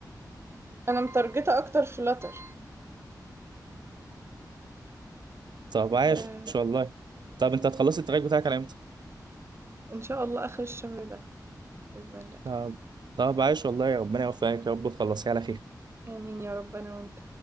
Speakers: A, on the right (about 35°); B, on the right (about 80°).
A: أنا متارجتة أكتر flutter
B: طب عايش
A: آآ
B: والله طب انت هتخلصي التراك بتاعك على امتى
A: إن شاء الله آخر الشهر ده بإذن الله.
B: طب طب عايش والله يا ربنا يوفقك يا رب تخلصيه على خير
A: آمين يا رب أنا وأنت.